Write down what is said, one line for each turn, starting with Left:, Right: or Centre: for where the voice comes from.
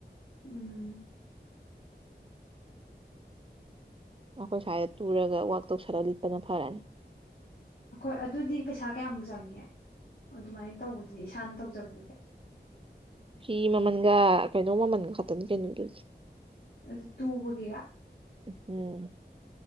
Left: ꯎꯝ
Right: ꯑꯩꯈꯣꯏ ꯁ꯭ꯋꯥꯏꯗ ꯇꯨꯔꯒ ꯋꯥꯛ ꯇꯧꯁꯜꯂ ꯂꯤꯠꯄꯅ ꯐꯔꯅꯤ
Left: ꯑꯩꯈꯣꯏ ꯑꯗꯨꯗꯤ ꯄꯩꯁꯥ ꯀꯌꯥꯃꯨꯛ ꯆꯪꯉꯦ ꯑꯗꯨꯃꯥꯏꯅ ꯇꯧꯕꯗꯨꯗꯤ ꯏꯁꯥꯅ ꯇꯧꯖꯕꯗꯨꯗ
Right: ꯐꯤ ꯃꯃꯜꯒ ꯀꯩꯅꯣ ꯃꯃꯜꯒ ꯈꯛꯇꯅꯤ ꯀꯩꯅꯣꯗꯨ
Left: ꯑꯗꯨ ꯇꯨꯕꯒꯤꯔ
Right: ꯎꯝ